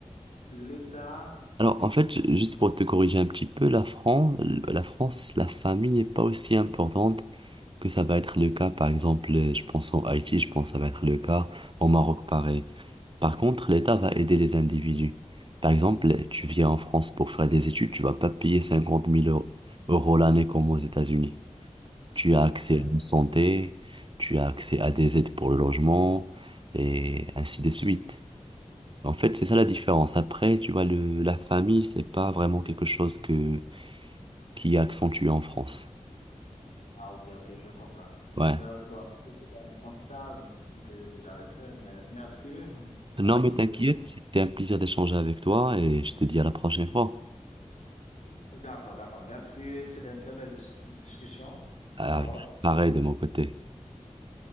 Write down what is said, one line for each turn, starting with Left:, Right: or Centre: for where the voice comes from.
Left: L'État,
Right: Alors, en fait, ju- juste pour te corriger un petit peu, la France, la France, la famille n'est pas aussi importante que ça va être le cas, par exemple, euh, je pense en Haïti, je pense que ça va être le cas, au Maroc, pareil. Par contre, l'État va aider les individus. Par exemple, tu viens en France pour faire des études, tu vas pas payer 50 000 euros euros l'année comme aux États-Unis. Tu as accès
Left: oui,
Right: à une santé, tu as accès à des aides pour le logement, et ainsi de suite. En fait, c'est ça la différence. Après, tu vois, le, la famille, c'est pas vraiment quelque chose que, qui est accentué en France.
Left: ah, ok, ok, je comprends.
Right: Ouais.
Left: Mais bon, c'est un constat que, que j'avais fait, mais merci, <laughs> merci
Right: Non, mais
Left: pour
Right: t'inquiète, c'était un plaisir d'échanger avec toi et je te dis à la prochaine fois.
Left: D'accord, d'accord. Merci. C'était une très belle discussion.
Right: Ah,
Left: D'accord,
Right: pareil de mon côté.